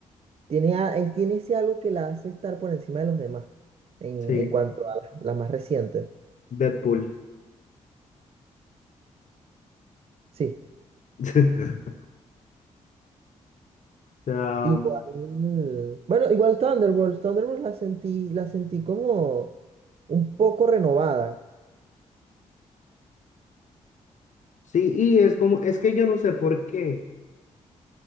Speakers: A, on the right; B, on the left.
A: tiene, a- es- tiene ese algo que la hace estar por encima de los demás en,
B: sí,
A: en cuanto a la, la más reciente.
B: Deadpool.
A: Sí,
B: <laughs> sea,
A: igual. Bueno, igual Thunderbolts. Thunderbolts la sentí, la sentí como un poco renovada
B: sí, y es como, es que yo no sé por qué,